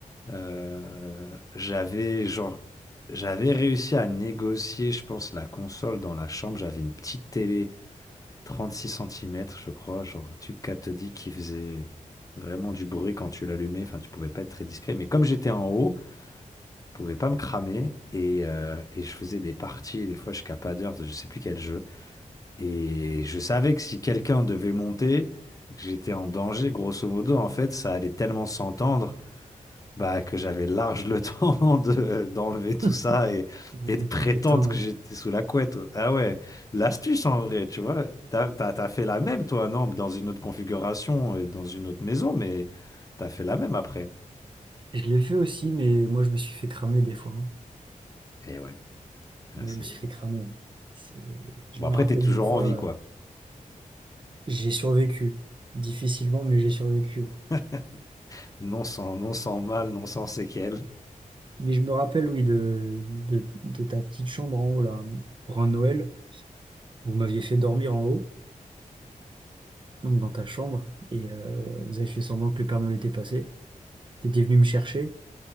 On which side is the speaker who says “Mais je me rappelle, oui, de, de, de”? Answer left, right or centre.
Right